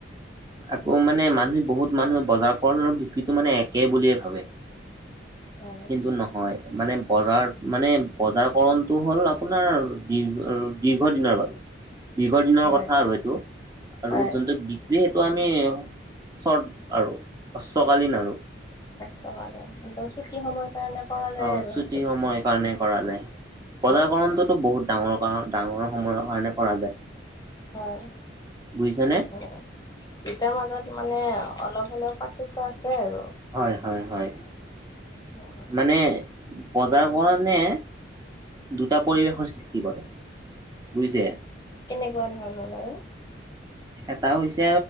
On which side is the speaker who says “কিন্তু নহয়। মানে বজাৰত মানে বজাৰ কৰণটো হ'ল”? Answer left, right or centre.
Right